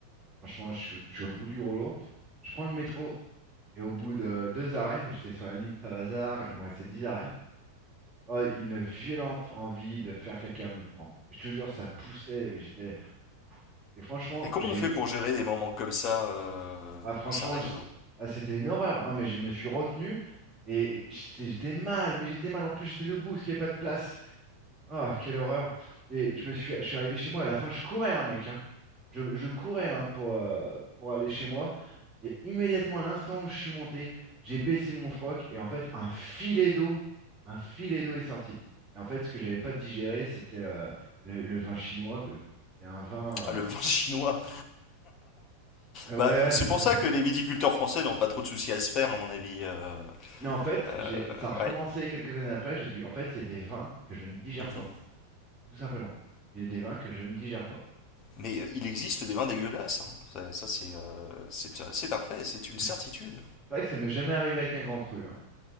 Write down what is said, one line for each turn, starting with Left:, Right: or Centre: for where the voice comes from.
Right: Franchement, je suis, je suis au bout du rouleau. Je prends le métro, et au bout de deux arrêts, j'étais sur la ligne Saint-Lazare, il me restait dix arrêts. Oh, une violente envie de faire caca me prend. Je te jure, ça poussait, j'étais... Et franchement,
Left: Et comment
Right: j'ai
Left: on fait pour gérer des moments comme ça euh,
Right: Ah, franchement,
Left: quand ça arrive?
Right: je-
Left: hein
Right: ah, c'était une horreur. Non, mais je me suis retenu et j'étais j'étais mal, mais j'étais mal. En plus, j'étais debout parce qu'il n'y avait pas de place. Ah, quelle horreur. Et je me suis, je suis arrivé chez moi. À la fin, je courais, hein, mec. hein. Je, je courais hein, pour, euh, pour aller chez moi. Et immédiatement, à l'instant où je suis monté, j'ai baissé mon froc et en fait, un filet d'eau, un filet d'eau est sorti. Et en fait, ce que j'avais pas digéré, c'était euh, le, le vin chinois. quoi. C'était un vin.
Left: Ah, le vin <laughs> chinois.
Right: euh,
Left: Bah,
Right: Ouais, ouais.
Left: euh, c'est pour ça que
Right: <laughs>
Left: les viticulteurs français n'ont pas trop de soucis à se faire, à mon avis. euh,
Right: Mais en fait,
Left: euh,
Right: j'ai, ça a recommencé
Left: ouais.
Right: quelques années après. J'ai dû, en fait, il y a des vins que je ne digère
Left: Mhm.
Right: pas, tout simplement. Il y a des vins que je ne digère pas.
Left: Mais euh, il existe des vins dégueulasses. hein. Ça, ça, c'est euh, c'est c'est un fait, c'est une
Right: Et
Left: certitude.
Right: C'est c'est vrai que ça m'est jamais arrivé avec un grand cru. hein.